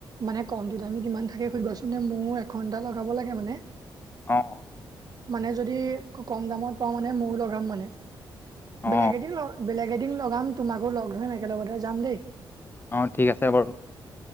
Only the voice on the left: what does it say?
অঁ
অ অ
অঁ ঠিক আছে বাৰু